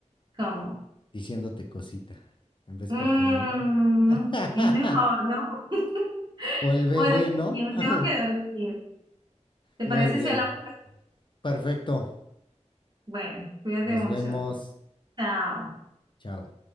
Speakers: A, on the right (about 40°); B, on the left (about 40°).
A: cómo?
B: diciéndote cosita, en vez
A: Mm,
B: por tu nombre. <laughs>
A: es mejor, ¿no? <laughs>
B: O el bebé,
A: Bueno,
B: ¿no?
A: yo me
B: <laughs>
A: tengo que dormir. ¿Te
B: Muy
A: parece
B: bien,
A: si hablamos?
B: perfecto.
A: Bueno, cuídate
B: Nos
A: mucho.
B: vemos.
A: Chao.
B: Chao.